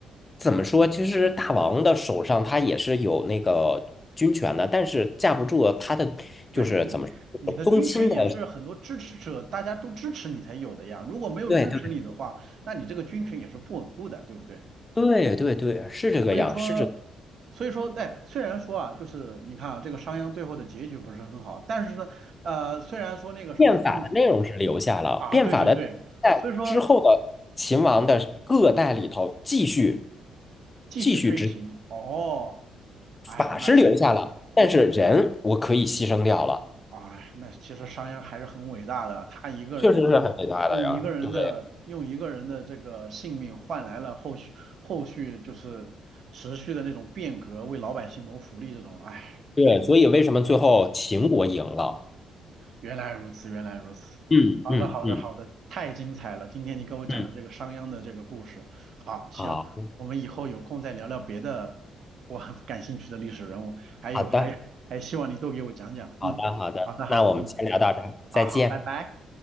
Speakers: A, on the left (about 20°); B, on the right (about 60°).
A: 怎么说？其实大王的手上他也是有那个军权的，但是架不住他的就是怎么说宗亲的。
B: 对你，你的军群也是很多支持者，大家都支持你才有的呀。如果没有支持你的话，
A: 对
B: 那你这个军群也是不稳固的，对不对？
A: 对对对对，是这个样，
B: 所以说，
A: 是这。
B: 所以说，在虽然说啊，就是你看啊，这个商鞅最后的结局不是很好，但是呢，呃，虽然说那个什么晋
A: 变法的内容是留下了，
B: 啊，
A: 变法的在之后的秦王的各代里头继续
B: 对对对，所以说继续推行，
A: 继续执
B: 哦，哎呀，
A: 法是留下了，
B: 那其实。
A: 但是人我可以牺牲掉了，
B: 哎，那其实商鞅还是很伟大的，他一个人用用一个人的用一个人的这个性命换来了后续后续就是持续的那种变革，
A: 确实是很伟大的呀。对
B: 为老百姓谋福利这种，哎，
A: 对，所以为什么最后秦国赢了？
B: 嗯原来如此，原来如此。
A: 嗯嗯嗯
B: 好的，好的，好的，太精彩了！今天你跟我讲的这个商鞅的这个故事，
A: 嗯，
B: 好，行，
A: 好
B: 我们以后有空再聊聊别的我很感兴趣的历史人物，还有还还希望你多给我讲讲，
A: 好的好的好的，
B: 嗯，好的，好的，
A: 那我们先聊到这儿，
B: 嗯，
A: 再见。
B: 好好，拜拜。